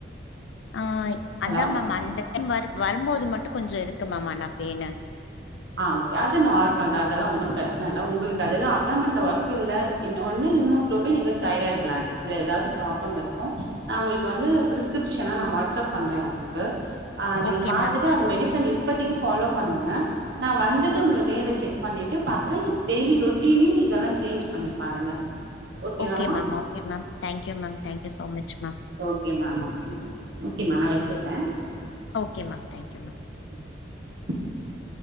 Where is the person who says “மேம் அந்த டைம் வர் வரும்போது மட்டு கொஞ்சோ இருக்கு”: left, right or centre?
Left